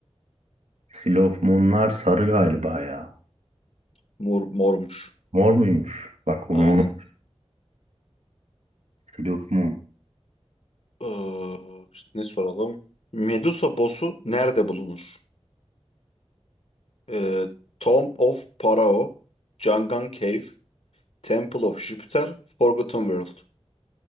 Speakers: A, on the right; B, on the left.
A: Seal of Moon'lar sarı galiba ya.
B: Mor, mormuş.
A: Mor muymuş? Bak onu
B: Aynen.
A: Seal of Moon.
B: Ee, ne soralım? Medusa boss'u nerede bulunur? Ee, Tomb of Pharaoh, Jangan Cave, Temple of Jupiter, Forgotten World.